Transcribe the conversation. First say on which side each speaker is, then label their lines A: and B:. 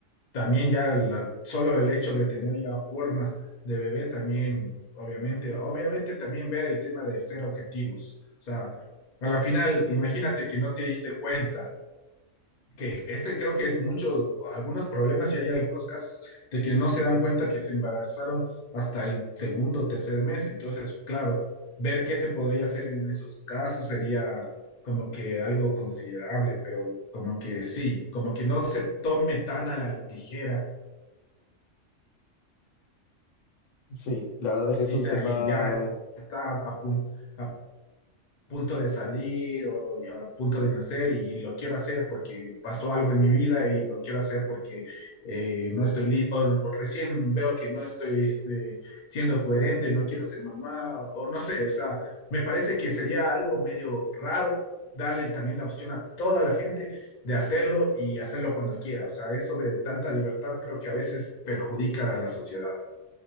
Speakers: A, on the left (about 50°); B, on the left (about 75°).
A: también ya la- solo el hecho de tener ya forma de bebé también, obviamente, obviamente también ver el tema de ser objetivos. O sea, a la final, imagínate que no te diste cuenta, que este creo que es mucho, algunos problemas y hay algunos casos de que no se dan cuenta que se embarazaron hasta el segundo o tercer mes. Entonces, claro, ver qué se podría hacer en esos casos sería como que algo considerable, pero como que sí, como que no se tome tan a la ligera
B: Sí, la verdad es que
A: si
B: es un
A: sea
B: tema
A: que ya está a, punto a punto de salir o a punto de nacer y lo quiero hacer porque pasó algo en mi vida y lo quiero hacer porque eh, no estoy listo, o o recién veo que no estoy eh, siendo coherente, no quiero ser mamá, o, o no sé, o sea, me parece que sería algo medio raro darle también la opción a toda la gente de hacerlo y hacerlo cuando quiera, o sea, eso de tanta libertad creo que a veces perjudica a la sociedad,